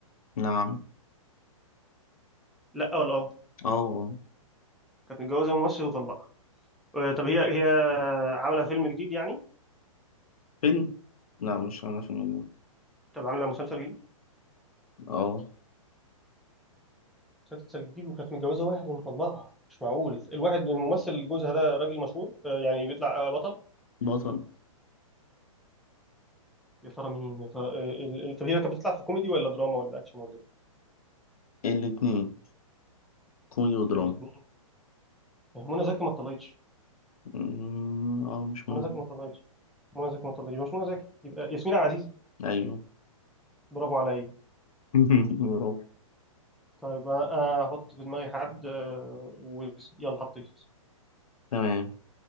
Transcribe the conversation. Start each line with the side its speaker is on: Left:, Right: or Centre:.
Left: نعم
Centre: لا ولا اه
Left: اه آه.
Centre: كانت متجوزه ممثل وطلقها آه، طب هي هي عامله فيلم جديد يعني
Left: فيلم لا مش عاملة فيلم
Centre: طب عامله مسلسل جديد
Left: اه
Centre: مسلسل جديد وكانت متجوزه واحد ومطلقها مش معقول الواحد الممثل جوزها ده راجل مشهور آه، يعني بيطلع آه، بطل
Left: بطل
Centre: يا ترى مين يا ترى آه، ال- ال- طب هي كانت بتطلع في كوميدي ولا دراما ولا اكشن ولا ايه
Left: الاتنين كوميدي ودراما
Centre: الاثنين منى زكي ما اتطلقتش
Left: مم، اه مش مناسب
Centre: منى زكي ما اتطلقتش منى زكي ما اتطلقتش يبقى مش منى زكي يبقى ياسمين عبد العزيز
Left: ايوه
Centre: برافو عليا
Left: <laughs> برافو.
Centre: طيب انا احط في دماغي حد آه، ويلا حطيت
Left: تمام